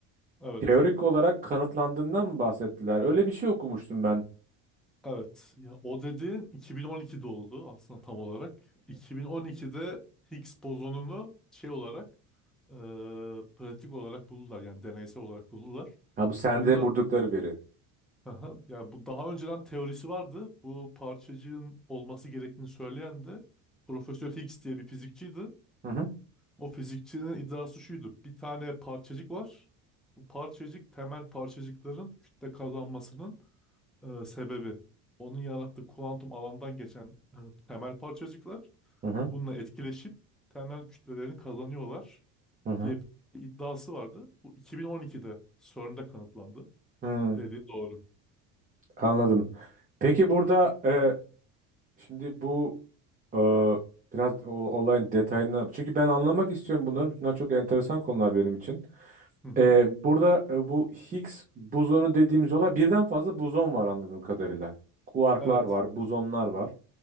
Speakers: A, in the centre; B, on the right.
A: Evet.
B: teorik olarak kanıtlandığından mı bahsettiler? Öyle bir şey okumuştum ben.
A: Evet. Ya o dediğin 2012 oldu aslında tam olarak. 2012'de Higgs bozonunu şey olarak e, pratik olarak buldular yani deneysel olarak buldular.
B: Ya bu sende
A: Bundan
B: buldukları veri.
A: Aha, yani bu daha önceden teorisi vardı. Bu parçacığın olması gerektiğini söyleyen de Profesör Higgs diye bir fizikçiydi.
B: Hı hı
A: O fizikçinin iddiası şuydu. Bir tane parçacık var. Bu parçacık temel parçacıkların kütle kazanmasının e, sebebi onun yarattığı kuantum alandan geçen e, temel parçacıklar
B: hı hı.
A: bununla etkileşip temel kütlelerini kazanıyorlar
B: hı hı.
A: diye bir iddiası vardı. Bu 2012'de CERN'de kanıtlandı.
B: Hmm,
A: Dediği doğru.
B: anladım. Peki burada e, Şimdi bu e, biraz o- olayın detayına çünkü ben anlamak istiyorum bunları. Bunlar çok enteresan konular benim için.
A: Hı hı.
B: E, burada e, bu Higgs bozonu dediğimiz olay birden fazla bozon var anladığım kadarıyla. Kuarklar
A: Evet.
B: var, bozonlar var.